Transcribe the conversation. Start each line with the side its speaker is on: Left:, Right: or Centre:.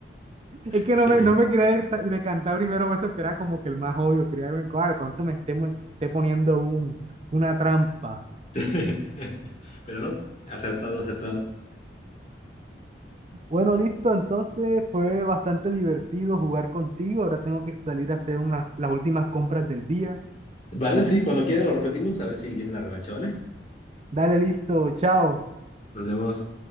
Right: Es que
Left: Sí.
Right: no me, no me quería de- decantar primero por eso que era como que el más obvio. Quería ver, "Ay, de pronto me esté, mu- esté poniendo un, una trampa.
Left: <laughs> Pero no, acertado, acertado.
Right: Bueno, listo. Entonces fue bastante divertido jugar contigo. Ahora tengo que salir a hacer unas, las últimas compras del día.
Left: Vale, sí, cuando quiera lo repetimos, a ver si viene la revancha, ¿vale?
Right: Dale, listo. Chao.
Left: Nos vemos.